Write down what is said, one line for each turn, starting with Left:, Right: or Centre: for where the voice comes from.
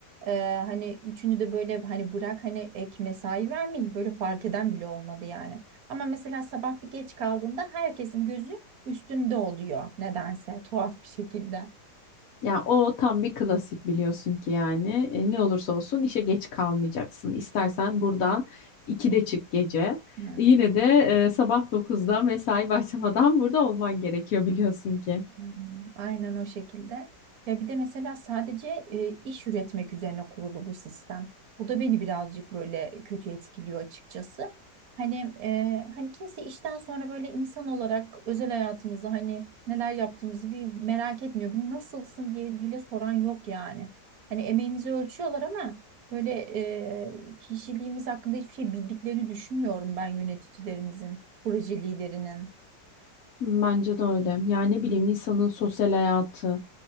Right: Ee, hani üçünü de böyle hani bırak hani ek mesai vermeyin böyle fark eden bile olmadı yani. Ama mesela sabah bir geç kaldığımda herkesin gözü üstünde oluyor nedense tuhaf bir şekilde.
Left: Ya o tam bir klasik biliyorsun ki yani. E, ne olursa olsun işe geç kalmayacaksın. İstersen buradan 2'de çık gece.
Right: Hı.
Left: E, Yine de e, sabah dokuzda mesai başlamadan <laughs> burada olman gerekiyor biliyorsun ki.
Right: Hmm, Aynen o şekilde. Ya bir de mesela sadece e, iş üretmek üzerine kurulu bu sistem. Bu da beni birazcık böyle kötü etkiliyor açıkçası. Hani e, hani kimse işten sonra böyle insan olarak özel hayatımızı hani neler yaptığımızı bir merak etmiyor. Bir nasılsın diye bile soran yok yani. Hani emeğimizi ölçüyorlar ama böyle e, kişiliğimiz hakkında hiçbir şey bildiklerini düşünmüyorum ben yöneticilerimizin, proje liderinin.
Left: Bence de öyle. Yani ne bileyim insanın sosyal hayatı